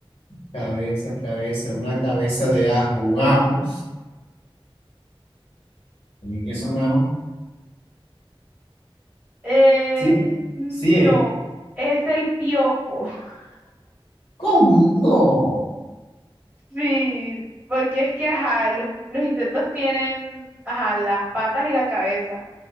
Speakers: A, on the left; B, on the right.
A: Cabeza, cabeza, una cabeza de ajo, un ajo. ¿Qué es un ajo?
B: Eh,
A: Sí,
B: eh, no,
A: sí, es.
B: es el piojo. <laughs>
A: ¿Cómo? No.
B: Sí, porque es que, ajá, los, los insectos tienen, ajá, las patas y la cabeza,